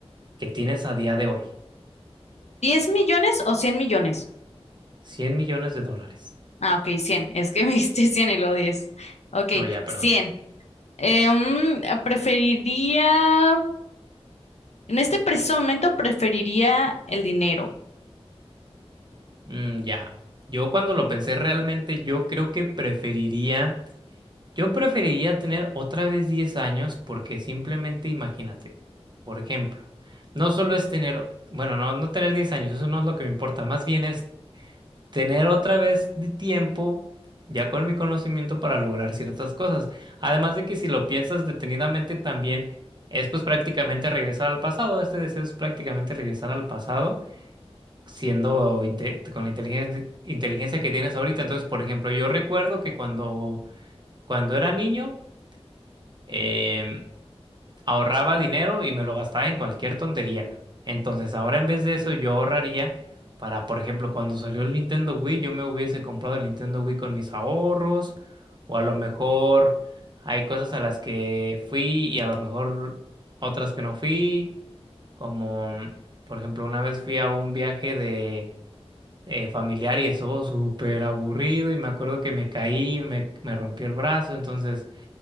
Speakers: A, on the right; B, on the left.
A: que tienes a día de hoy,
B: Diez millones o 100 millones?
A: cien millones de dólares.
B: Ah, ok, 100. <laughs> Es que me diste 100 y luego 10. Ok,
A: No, ya, perdón.
B: 100. Eh, mm, preferiría, en este preciso momento preferiría el dinero.
A: Mm, ya. Yo cuando lo pensé realmente, yo creo que preferiría, yo preferiría tener otra vez 10 años porque simplemente imagínate, por ejemplo, no solo es tener, bueno, no, no tener 10 años, eso no es lo que me importa, más bien es tener otra vez de tiempo, ya con mi conocimiento, para lograr ciertas cosas. Además de que si lo piensas detenidamente también es pues prácticamente regresar al pasado, este deseo es prácticamente regresar al pasado, siendo inte- con la inteligencia, inteligencia que tienes ahorita. Entonces, por ejemplo, yo recuerdo que cuando, cuando era niño, em, ahorraba dinero y me lo gastaba en cualquier tontería. Entonces, ahora en vez de eso, yo ahorraría para, por ejemplo, cuando salió el Nintendo Wii, yo me hubiese comprado el Nintendo Wii con mis ahorros, o a lo mejor hay cosas a las que fui y a lo mejor otras que no fui, como, mm, por ejemplo, una vez fui a un viaje de... eh, familiar y estuvo súper aburrido y me acuerdo que me caí, me, me rompí el brazo, entonces